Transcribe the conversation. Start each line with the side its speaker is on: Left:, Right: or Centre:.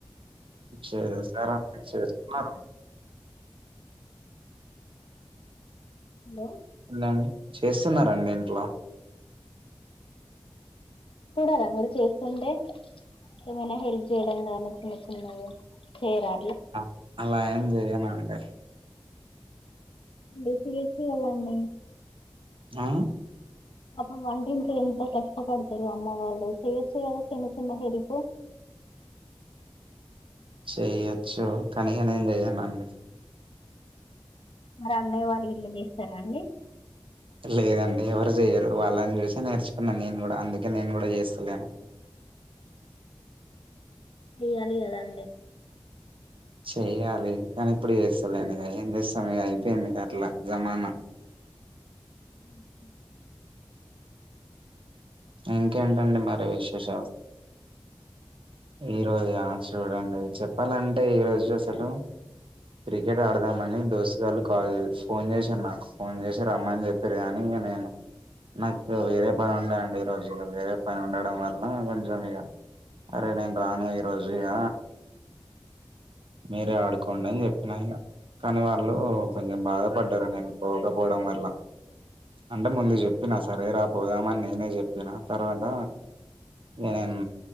Right: శరే సరే చేస్తాను
Left: హలో
Right: ఉన్నా అండి చేస్తున్నారండి ఇంట్లో
Left: చూడరా మీరు చేస్తుంటే ఏమైనా హెల్ప్ చేయడం కానీ చిన్న చిన్నవి చేరా
Right: ఆ అలా ఏం చెయ్యను అండి
Left: బసి వేసి వెల్లండి
Right: ఆ
Left: పాపం వంటిట్లో ఎంత కష్టపడుతురు అమ్మ వాళ్ళు చేయొచ్చు కదా చిన్న చిన్న హెల్ప్
Right: చెయొచ్చు కానీఇగ నేం చెయ్యనండి
Left: మరి అన్నయ్య వాళ్ళు ఇళ్ళ చేస్తారా అండి
Right: లేదండి ఎవరు చేయరు వాళ్ళని చూసే నేర్చుకున్నా నేను కూడా అందుకే నేను కూడా చేస్తలేను
Left: చెయ్యాలి కదండి
Right: చెయ్యాలి కానీ ఇప్పుడు చేస్తలేను ఇక ఏం చేస్తాము ఇక అయిపోయింది అట్లా జమానా
Left: మ్ హు
Right: ఇంకేంటండి మరి విశేషాలు ఈ రోజా చూడండి చెప్పాలంటే ఈ రోజు అసలు క్రికెట్ ఆడదామని దోస్తు గాళ్ళు కాల్ చే ఫోన్ చేశారు నాకు ఫోన్ చేసి రమ్మని చెప్పారు కాని ఇంక నేను నాకు వేరే పని ఉండే అండి ఈ రోజు వేరే పని ఉండడం వల్ల కొంచెం ఇక అరే నేను రాను ఈ రోజు ఇక మీరే ఆడుకోండి అని చెప్పిన ఇక కానీ వాళ్ళు కొంచెం బాధపడ్డారు నేను పోకపోవడం వల్ల అంటే ముందు చెప్పినా సరేరా పోదామని నేనే చెప్పినా తర్వాత ఇక నేన్